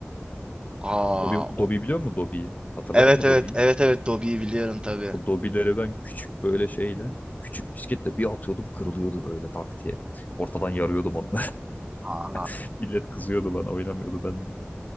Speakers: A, on the right (about 20°); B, on the left (about 40°).
A: Aa,
B: Dobi,
A: o-
B: Dobi biliyor musun Dobi'yi? Hatırladın
A: evet
B: mı
A: evet
B: Dobi'yi?
A: evet evet Dobby'yi biliyorum tabii.
B: O Dobi'leri ben küçük böyle şeyle, küçük misketle bir atıyordum kırılıyordu böyle tak diye. Ortadan yarıyordum onu.
A: Aa.
B: <laughs> Millet kızıyordu bana oynamıyordu ben